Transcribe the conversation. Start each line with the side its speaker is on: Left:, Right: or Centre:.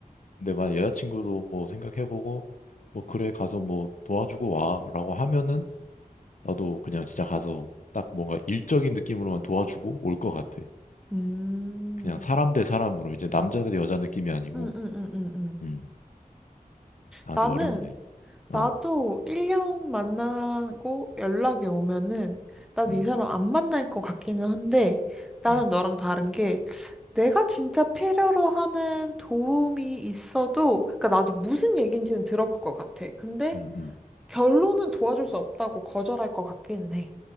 Left: 근데 만약 여자친구도 뭐 생각해보고 뭐 그래 가서 뭐 도와주고 와라고 하면은 나도 그냥 진짜 가서 딱 뭔가 일적인 느낌으로만 도와주고 올 것 같아.
Centre: 음,
Left: 그냥
Centre: 음,
Left: 사람 대 사람으로 이제 남자 대 여자 느낌이 아니고
Centre: 음, 음, 음, 음. 음.
Left: 음. 아
Centre: 나는
Left: 근데 어렵네.
Centre: 나도
Left: 어.
Centre: 1년 만나고 연락이 오면은 나도
Left: 음.
Centre: 이 사람 안 만날 것 같기는 한데 나는
Left: 음.
Centre: 너랑 다른 게 내가 진짜 필요로 하는 도움이 있어도 그러니까 나도 무슨 얘기인지는 들어볼 것 같아. 근데
Left: 음. 음.
Centre: 결론은 도와줄 수 없다고 거절할 것 같기는 해.